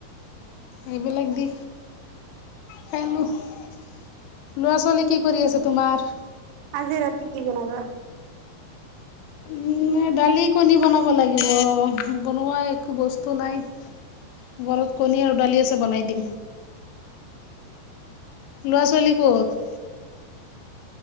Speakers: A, on the left; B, on the right.
A: এইবিলাক দি খাইলো। ল'ৰা-ছোৱালী কি কৰি আছে তোমাৰ?
B: আজি ৰাতি কি বনাবা?
A: উ দালি, কণী বনাব লাগিব। বনোৱা একো বস্তু নাই। ঘৰত কণী আৰু দালি আছে বনাই দিম। ল'ৰা-ছোৱালী ক'ত?